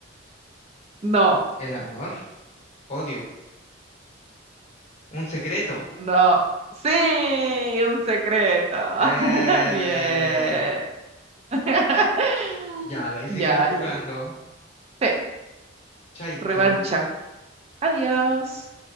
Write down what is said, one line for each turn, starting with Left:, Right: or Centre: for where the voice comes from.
Right: No,
Left: el amor, odio, un secreto.
Right: no. Sí, un secreto. <laughs>
Left: Eh,
Right: Bien. <laughs>
Left: ya, de ahí seguimos
Right: Ya,
Left: jugando.
Right: sí,
Left: Chaito.
Right: revancha. Adiós.